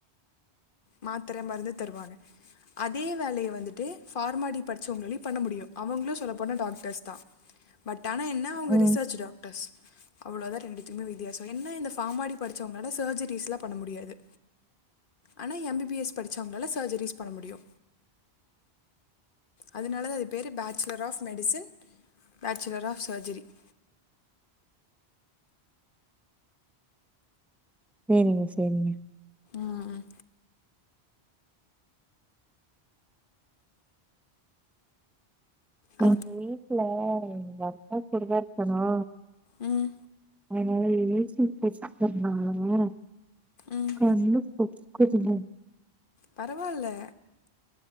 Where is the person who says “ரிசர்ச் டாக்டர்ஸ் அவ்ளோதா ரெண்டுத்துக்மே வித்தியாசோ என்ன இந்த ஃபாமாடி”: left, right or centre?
Left